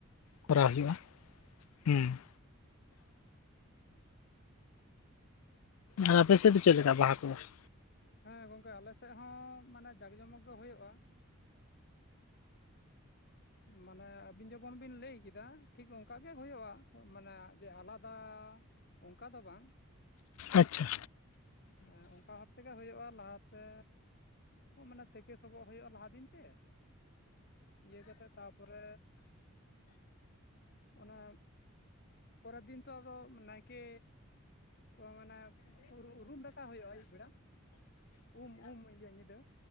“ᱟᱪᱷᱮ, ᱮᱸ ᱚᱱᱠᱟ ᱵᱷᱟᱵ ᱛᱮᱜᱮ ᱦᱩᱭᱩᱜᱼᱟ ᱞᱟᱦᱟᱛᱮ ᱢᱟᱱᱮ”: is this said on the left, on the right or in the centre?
Left